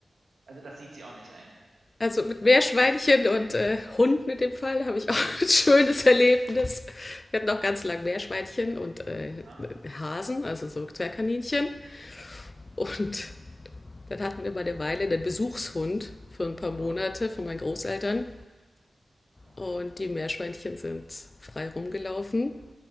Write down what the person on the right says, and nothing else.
also das sieht sie auch nicht ein.
Und
ich,
ja,
ja,
ja,
ja,